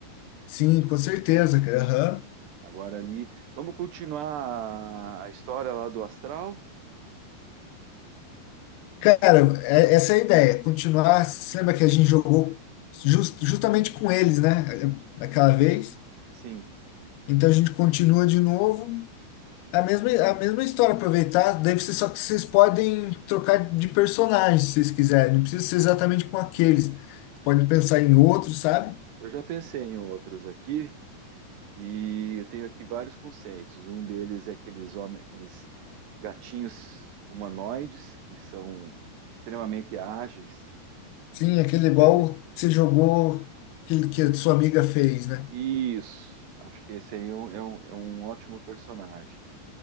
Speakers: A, on the left (about 80°); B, on the right (about 80°).
A: sim, com certeza, cara. Aham.
B: Agora ali. Vamos continuar a história lá do astral?
A: Cara, é- essa é a ideia. Continuar. Você lembra que a gente jogou jus- justamente com eles, né? Daquela
B: Sim,
A: vez.
B: sim.
A: Então a gente continua de novo. A mesma, a mesma história, aproveitar. Daí vocês, só que vocês podem trocar de personagem se vocês quiserem. Não precisa ser exatamente com aqueles. Podem pensar em outros, sabe?
B: Eu já pensei em outros aqui e eu tenho aqui vários conceitos. Um deles é aqueles homens, aqueles gatinhos humanoides que são extremamente ágeis,
A: Sim, aquele
B: entendeu?
A: igual você jogou que, que a sua amiga fez, né?
B: Isso, acho que esse aí é um, é um, é um ótimo personagem.